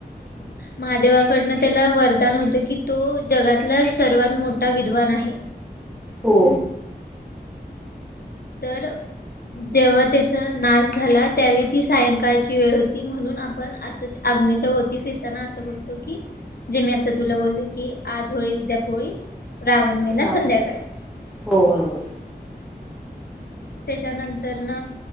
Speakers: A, on the left; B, in the centre.
A: महादेवाकडनं त्याला वरदान होतं की तो जगातला सर्वात मोठा विद्वान आहे
B: हो
A: तर जेव्हा त्याचा नाश झाला त्यावेळी ती सायंकाळची वेळ होती म्हणून आपण अस अग्नीच्या भोवती फिरताना असं बोलतो की जे मी आता तुला बोलले की आज होळी उद्या पोळी रावण मेला
B: रावण
A: संध्याकाळी
B: हो बरोबर.
A: त्यानंतर न